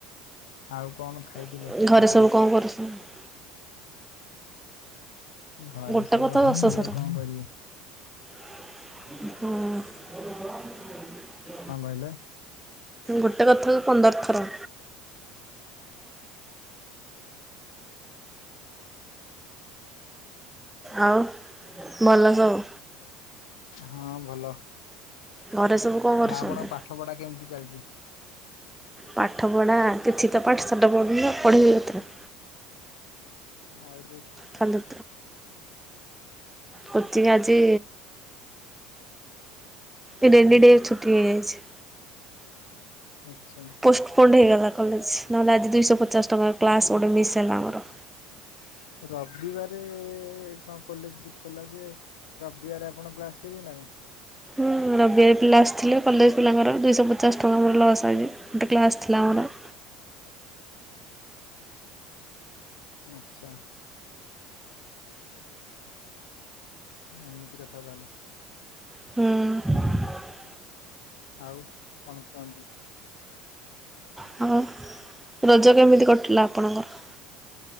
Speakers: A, on the left; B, in the centre.
A: ଆଉ କଣ ଖାଇଥିଲେ?
B: <inaudible>
A: ଆପଣ ଘରେ
B: ଗୋଟେ
A: ସବୁ
B: କଥା
A: ଅସୁବିଧା
B: ଦଶଥର
A: କଣ କରିବି।
B: ହଁ
A: କଣ କହିଲେ?
B: ଗୋଟେ କଥା ପନ୍ଦର ଥର ଆଉ ଭଲ ସବୁ।
A: ହଁ ଭଲ ଆ
B: ଘରେ ସବୁ କଣ କରୁଛନ୍ତି?
A: ଆପଣଙ୍କ ପାଠ ଠବଟା କେମିତି ଚାଲିଛି?
B: ପାଠ ପଢ଼ା କିଛି ତ ପାଠ ଶାଠ ପଢ଼ୁନି ପଢ଼େଇବି ପତରେ
A: ଆଉ ଯଉ
B: ଖଣ୍ଡ କତି ଆଜି ର ଏନ ଡ ଛଟି ହେଇଯାଇଛି।
A: ଆଚ୍ଛା।
B: ପୋଷ୍ଟ ପୋଣ୍ଡ ହେଇଗଲା କଲେଜ୍ ନହେଲେ ଆଜି ଦୁଇଶହ ପଚଶ ଟଙ୍କା କ୍ଲାସ୍ ଓଟେ ମ ମିସ୍ସଲା ଆର
A: ରବିବାରେ କଣ କଲେଜ ଖୋଲା ଯେ ରବିବାରେ ଆପଣ କ୍ଲାସ କର ଯିବେ ନା କଣ?
B: ହଁ ରବିିବାର ପିଲା ଆସିଥିଲେ କଲେଜ ପିଲାଙ୍କର ଦୁଇଶହ ପଚାଶ ଟଙ୍କା ମୋର ଲସ୍ ଆସିଛି। ଗଟେ କ୍ଲାସ୍ ଥିଲାର
A: ଆଛା। ଏମିତି କଥା ତାହେଲେ।
B: ହଁ
A: ଆଉ କଣ କୁହନ୍ତୁ?
B: ହଉ ରଜ କେମିତି କଟିଲା ଆପଣଙ୍କର?